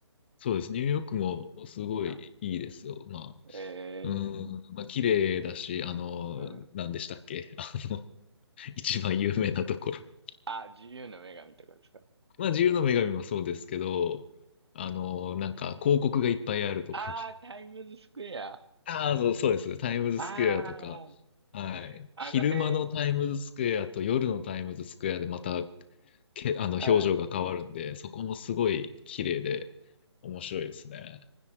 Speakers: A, on the left; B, on the right.
A: そうです。ニューヨークもすごいいいですよ。
B: うん
A: まあ、
B: えー、
A: うん、まあ、綺麗だし、あの、
B: うん。
A: 何でしたっけ <laughs> あの、一番有名なところ。
B: あ、自由の女神とかですか。うん、
A: まあ、自由の女神もそうですけど、あの、なんか広告がいっぱいあるところ。
B: ああ、タイムズスクエア。あ
A: <laughs> ああ、そう、そうです。タイムズスクエアとか。
B: あ、
A: はい。
B: あの辺。
A: 昼間のタイムズスクエアと夜のタイムズスクエアでまた、け、あの、
B: はい。
A: 表情が変わるんで、そこもすごい綺麗で面白いですね。